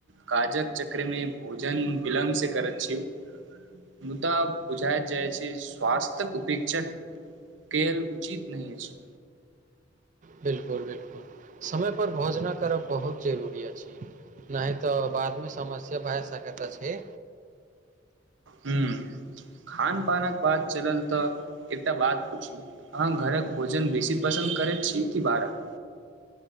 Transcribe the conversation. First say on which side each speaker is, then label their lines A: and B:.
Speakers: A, on the right; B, on the right.
A: काजक चक्रमे भोजन विलम्ब से करैत छिय मुदा बुझााय जाइ छै स्वास्थयक उपेक्षा कयल उचित नहि अछि
B: बिलकुल बिलकुल समय पर भोजन करब बहुत जरूरी अछि नहि तऽ बादमे समस्या भए सकैत अछि
A: हूँ खान पानक बात चलल तऽ एकटा बात पूछी अहाँ घरक भोजन बेसी पसन्द करैत छीय कि बाहरक